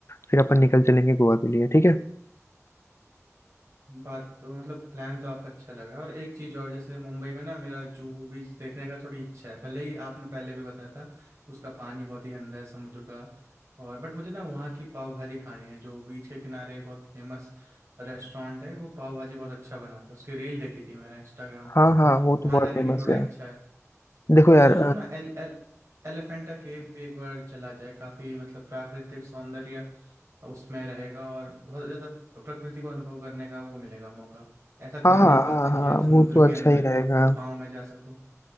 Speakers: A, on the left; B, on the right.
A: फिर अपन निकल चलेंगे गोवा के लिए ठीक है
B: बात तो मतलब प्लान तो आपका अच्छा लग रहा है और एक चीज़ और जैसे मुंबई में ना मेरा जुहू बीच देखने का थोड़ी इच्छा है भले ही आपने पहले भी बताया था उसका पानी बहुत ही गंदा है समुद्र का और बट मुझे ना वहाँ की पाव भाजी खानी है जो बीच के किनारे बहुत फेमस रेस्टोरेंट है वो पाव भाजी बहुत अच्छा बनाता है उसकी रील देखी थी मैंने इंस्टाग्राम पे
A: हाँ हाँ वो
B: तो वहाँ
A: तो बहुत
B: जाने
A: फेमस
B: की थोड़ा
A: है
B: इच्छा है
A: देखो
B: और
A: यार
B: सोच रहा हूँ ना एल एल एलिफेंटा केव भी एक बार चला जाए काफी मतलब प्राकृतिक सौंदर्य उसमें रहेगा और बहुत ज्यादा प्रकृति को अनुभव करने का वो मिलेगा मौका ऐसा कहाँ
A: हाँ हाँ
B: मिल पाता
A: हाँ
B: है
A: हाँ
B: कि आप समुद्र
A: वो तो अच्छा
B: के अंदर
A: ही रहेगा
B: गुफाओं में जा सको